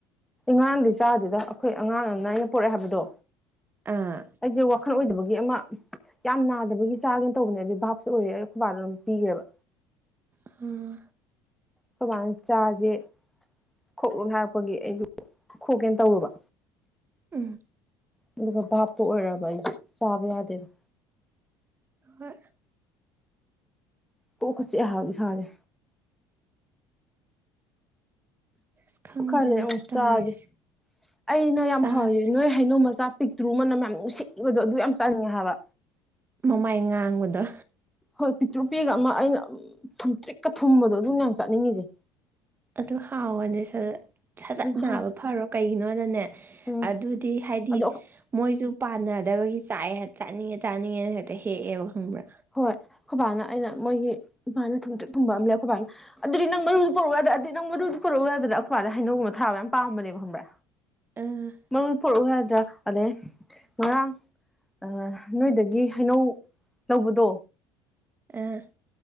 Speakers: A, in the centre; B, on the right.
A: ꯑꯉꯥꯡꯒꯤ ꯆꯥꯗꯨꯗ ꯑꯩꯈꯣꯏ ꯑꯉꯥꯡ ꯑꯃ ꯑꯩꯅ ꯄꯨꯔꯛꯑꯦ ꯍꯥꯏꯕꯗꯣ
B: ꯑꯥ
A: ꯑꯩꯁꯦ ꯋꯥꯈꯜ ꯑꯣꯏꯗꯕꯒꯤ ꯑꯃ ꯌꯥꯝ ꯕꯒꯤ ꯆꯥꯒꯦꯅ ꯇꯧꯕꯅꯦ ꯑꯗꯨꯗꯤ ꯚꯥꯞꯁꯨ ꯑꯣꯏꯔꯦ ꯈꯨꯕꯥꯗ ꯑꯗꯨꯝ ꯄꯤꯈ꯭ꯔꯦꯕ
B: ꯑꯥ
A: ꯈ ꯃ ꯆꯥꯖꯤꯦ ꯈꯣꯛꯂꯨ ꯍꯥꯏꯔꯛꯄꯒꯤ ꯑꯩꯗꯨ ꯈꯣꯛꯀꯦꯅ ꯇꯧꯔꯨꯕ
B: ꯎꯝ
A: ꯃ ꯕꯥꯄ ꯑꯣꯏꯔ ꯏ ꯆꯥꯕꯍꯗꯅ
B: ꯍꯣꯏ
A: ꯄꯨꯣꯈꯁ ꯑꯦꯍꯒꯤ ꯁꯥꯖꯦ
B: ꯑꯁ ꯈꯪꯗꯦꯗ
A: ꯈꯜꯂꯦ ꯑꯃꯨ
B: ꯇꯧꯔꯤꯁꯦ
A: ꯆꯥꯁꯦ ꯑꯩꯅ ꯌꯥꯝ
B: ꯆꯥꯁꯦ
A: ꯍꯥꯎ ꯅꯣꯏ ꯍꯩꯅꯣꯃꯆꯥ ꯄꯤꯛꯇ꯭ꯔꯨ ꯃꯅ ꯃꯌꯥꯝ ꯅꯨꯡꯁꯤꯏꯕꯗꯣ ꯑꯗꯨ ꯌꯥꯝ ꯆꯥꯅꯤꯡꯉꯦ ꯍꯥꯏꯕ
B: ꯃꯃꯥꯏ ꯉꯥꯡꯕꯗ
A: ꯍꯣꯏ ꯄꯤꯛꯇ꯭ꯔꯨ ꯄꯦꯒ ꯑꯃ ꯑꯩꯅ ꯊꯨꯝꯇ꯭ꯔꯤꯛꯀ ꯊꯨꯝꯕꯗꯣ ꯑꯗꯨꯝ ꯌꯥꯝ ꯆꯠꯅꯤꯡꯉꯤꯁꯦ
B: ꯑꯗꯨ ꯍꯥꯎꯋꯅꯦ ꯁꯠ ꯁꯖꯠ
A: ꯎꯝ
B: ꯅꯥꯕ
A: ꯍꯥ
B: ꯐꯔꯣ ꯀꯩꯒꯤꯅꯣꯅꯅꯦ
A: ꯎꯝ
B: ꯑꯗꯨꯗꯤ ꯍꯥꯏꯗꯤ
A: ꯑꯗꯣ
B: ꯃꯣꯏꯁꯨ ꯄꯥꯟꯅꯗꯕꯒꯤ ꯆꯥꯛ ꯆꯥꯅꯤꯡꯉꯦ ꯆꯥꯅꯤꯡꯉꯦꯅ ꯍꯦꯛꯇ ꯍꯦꯛꯑꯦꯕ ꯈꯪꯕ꯭ꯔꯥ
A: ꯍꯣꯏ ꯈꯨꯣꯏꯕꯥꯥꯛꯅ ꯑꯩꯅ ꯃꯣꯏꯒꯤ ꯏꯃꯥꯅ ꯊꯨꯝꯦꯛ ꯊꯨꯝꯕ ꯑꯃ ꯂꯩ ꯈꯨꯣꯏꯕꯥꯛꯅ ꯑꯗꯨꯗꯤ ꯅꯪ ꯃꯔꯨꯗꯨ ꯄꯔꯛ ꯌꯥꯗ꯭ꯔꯦ ꯑꯗꯨꯗꯤ ꯅꯪ ꯃꯔꯨꯗꯨ ꯄꯨꯔꯛꯎ ꯌꯥꯗꯅ ꯑꯩꯀꯄꯗ ꯍ ꯍꯥꯏꯩꯅꯧꯒꯨꯝꯕ ꯊꯥꯕ ꯌꯥꯝ ꯄꯥꯝꯕꯅꯦꯕ ꯈꯪꯕ꯭ꯔꯥ
B: ꯑꯥ
A: ꯃꯔꯨ ꯄꯨꯔꯛꯎ ꯍꯥꯏꯗ꯭ꯔꯥ ꯑꯗꯩ ꯉꯔꯥꯡ ꯑ ꯅꯣꯏꯗꯒꯤ ꯍꯩꯅꯧ ꯂꯧꯕꯗꯣ
B: ꯑ